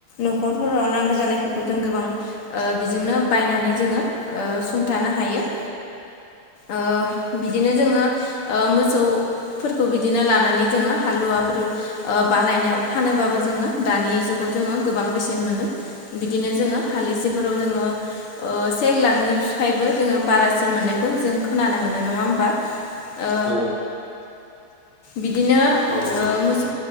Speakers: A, on the left; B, on the right.
A: न'खरफोराव नांगौ जानायफोरखौ जों गोबां ओ बेजोंनो बायनानै जोङो सुंथानो हायो। ओ बिदिनो जोङो ओ मोसौ फोरखौ बिदिनो लानानै जोङो हालुवाफोर बानायनो फानोब्लाो जोङो दानि जुगाव जोङो गोबां बेसेन मोनो। बिदिनो जोङो हासेफोराव जोङो से लाखनिफ्रायबो जोङो बारासिन मोननायखौ जों खोनानो मोनो नङा होमबा ओ
B: औ
A: बिदिनो
B: औ
A: ओ
B: नंगौ
A: मोसौ